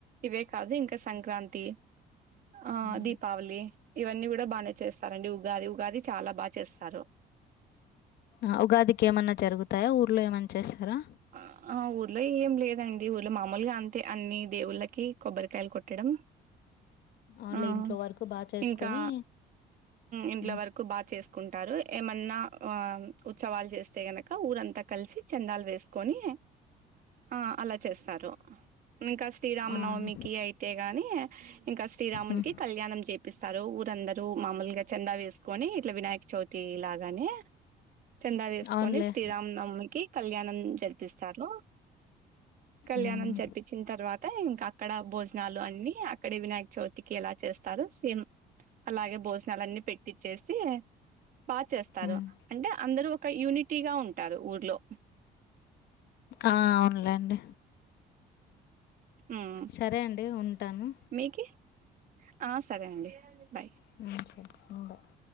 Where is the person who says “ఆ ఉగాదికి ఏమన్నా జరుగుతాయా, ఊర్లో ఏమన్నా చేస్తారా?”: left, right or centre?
Left